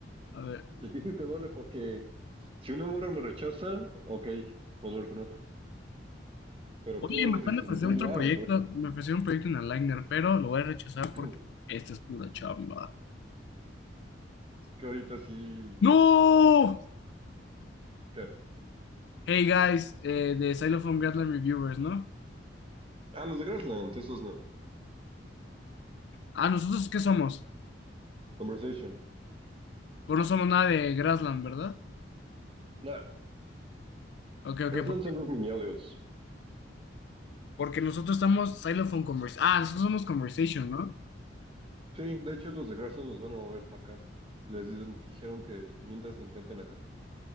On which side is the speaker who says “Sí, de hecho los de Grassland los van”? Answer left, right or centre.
Right